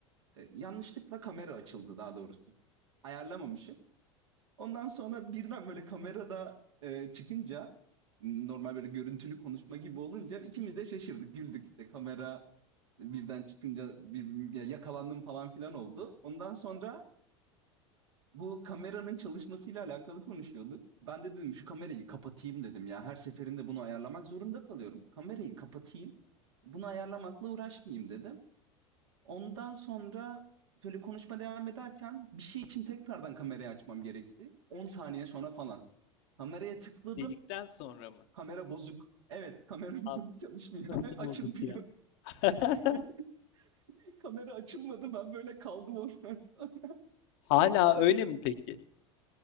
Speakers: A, on the right; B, on the left.
A: e, yanlışlıkla kamera açıldı daha doğrusu. Ayarlamamışım. Ondan sonra birden böyle kamerada e, çıkınca normal böyle görüntülü konuşma gibi olunca ikimiz de şaşırdık, güldük. İşte kamera birden çıkınca bir, ya yakalandım falan filan oldu. Ondan sonra bu kameranın çalışmasıyla alakalı konuşuyorduk. Ben de dedim şu kamerayı kapatayım dedim ya. Her seferinde bunu ayarlamak zorunda kalıyorum. Kamerayı kapatayım. Bunu ayarlamakla uğraşmayayım dedim. Ondan sonra böyle konuşma devam ederken bir şey için tekrardan kamerayı açmam gerekti. 10 saniye sonra falan. Kameraya tıkladım.
B: Dedikten sonra mı?
A: Kamera bozuk. Evet, kamera
B: Abi
A: <laughs> çalışmıyor.
B: nasıl
A: <laughs> Açılmıyor.
B: bozuk ya? <laughs>
A: <laughs> Kamera açılmadı. Ben böyle kaldım ondan sonra. <laughs>
B: Hala öyle mi peki?